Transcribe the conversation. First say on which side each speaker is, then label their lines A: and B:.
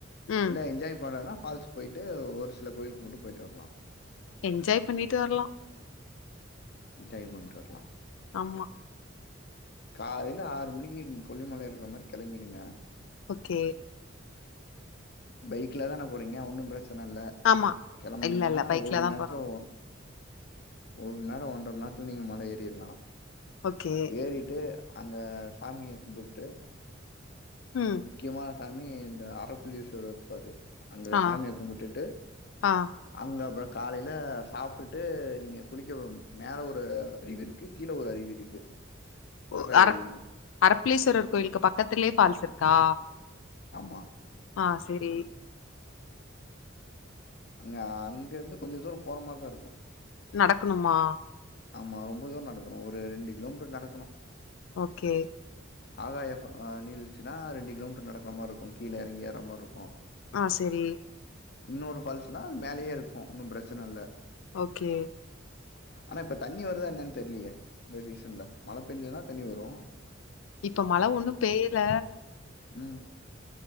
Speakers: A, on the left; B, on the left.
A: ம்
B: இல்ல என்ஜாய் பண்ணனா ஃபால்ஸ் போயிட்டு ஒரு சில கோயிலுக்கு மட்டு போயிட்டு வர்லா
A: என்ஜாய் பண்ணிட்டு வர்லா
B: என்ஜாய் பண்ட்டு வர்லா
A: ஆமா
B: காலைல ஆறு மணிக்கிங் கொல்லிமலைக்கிற மாரி கெளம்பிடுங்க
A: ஓகே
B: பைக்ல தானே போறீங்க ஒன்னும் ப்ர ச்சனல்ல
A: ஆமா
B: கெளம்புனீங்கனா
A: இல்ல இல்ல பைக்ல
B: ஒரு மநேரத்துல
A: தா போறோ
B: ஒரு மநேரொ ஒன்ற மநேரத்துல நீங்க மல ஏறிர்லா
A: ஓகே
B: ஏறிட்டு அங்க சாமிய கும்புட்டு
A: ம்
B: முக்யமா சாமி இந்த ஆறப்பள்ளி <unintelligible> இருப்பாரு அங்க
A: ஆ
B: சாமிய கும்புட்டுட்டு
A: ஆ
B: அங்க ப காலைல சாப்ட்டுட்டு நீங்க குளிக்க மேல ஒரு அருவி இருக்கு கீழ ஒரு அருவி இருக்கு
A: ஓ
B: ஆகாய
A: அர
B: அருவின்னு
A: அரப்பலேஸ்வரர் கோயிலுக்கு பக்கத்திலயே ஃபால்ஸ் இருக்கு. கா.
B: ஆம்மா.
A: ஆஹ சேரி.
B: அங்க அங்க இருந்து கொஞ்ச தூரோ போற மாரிதா இருக்கு.
A: நடக்கணுமா.
B: ஆமா ரொம்ப தூரோ நடக்கணு ஒரு ரெண்டு கிலோமீட்டர் நடக்கணு.
A: ஓக்கே.
B: ஆகாய நீழ்வீழ்ச்சின்னா ரெண்டு கிலோமீட்டர் நடக்கற மாரி இருக்கு கீழ எறங்கி ஏற மாரி இருக்கு.
A: ஆஹ சேரி.
B: இன்னொரு ஃபால்ஸ்ன்னா அது மேலயே இருக்கு ஒன்னு பிரச்சன இல்ல.
A: ஓகே.
B: ஆனா இப்ப தண்ணி வருதா என்னன்னு தெரியலையே. இந்த சீசன்ல மழ பெஞ்சதுன்னா தண்ணி வரு.
A: இப்ப மழ ஒண்ணு பேய்யல.
B: உஹம்.